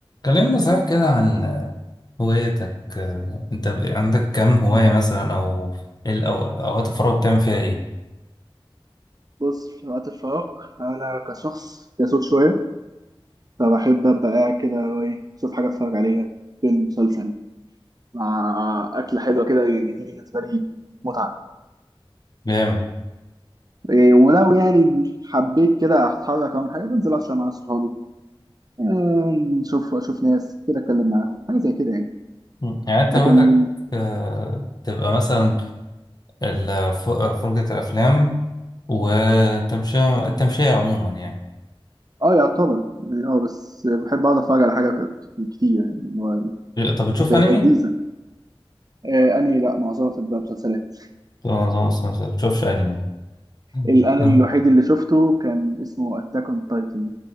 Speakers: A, on the left; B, on the right.
A: كلمنا صحيح كده عن هواياتك انت ب- عندك كم هواية مثلا او ايه الأو- اوقات الفراغ بتعمل فيها ايه
B: بص في وقت الفراغ أنا كشخص كسول شوية فبحب أبقى قاعد كده اللي هو إيه أشوف حاجة أتفرج عليها فيلم مسلسل مع أكلة حلوة كده يعني دي بالنسبة لي متعة
A: جامد
B: إيه ولو يعني حبيت كده أتحرك أو حاجة بنزل أتفرج مع صحابي آم، أشوف أشوف ناس كده أتكلم معاهم حاجة زي كده يعني
A: مم. يعني انت
B: لكن
A: هواياتك آه، تبقى مثلا الف- فرجة الافلام والتمشية التمشية عموما يعني
B: أه يعتبر يعني أه بس بحب أقعد أتفرج على حاجة كده كتير يعني اللي هو
A: طب بتشوف
B: إيه،
A: انمي؟
B: لذيذة آه، أنهي لأ معظمها بتبقى مسلسلات
A: طب ما بتشوفش انمي مم.
B: الانمي
A: اه
B: الوحيد اللي شفته كان اسمه اتاك اون تايتن